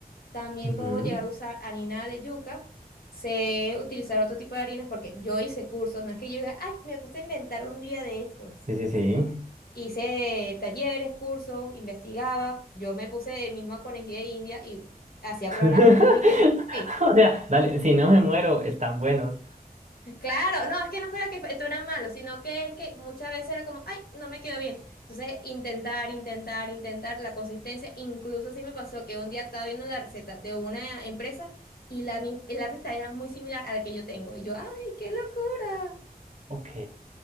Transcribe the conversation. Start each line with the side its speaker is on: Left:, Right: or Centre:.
Left: También
Right: ujú.
Left: puedo llegar a usar harina de yuca. Sé utilizar otro tipo de harinas porque yo hice cursos. No es que yo diga, ay, me puse a inventar un día de estos.
Right: Sí, sí, sí.
Left: Hice talleres, cursos, investigaba. Yo me puse misma conejilla de India y hacía
Right: <laughs>
Left: programas a mi familia. Sí.
Right: O sea, dale, si no me muero, están buenos.
Left: Claro, no, es que no fuera que esto era malo, sino que es que muchas veces era como, ay, no me quedó bien. Entonces, intentar, intentar, intentar la consistencia. Incluso sí me pasó que un día estaba viendo la receta de una empresa y la, mi- la receta era muy similar a la que yo tengo. Y yo, ay, qué locura.
Right: Ok,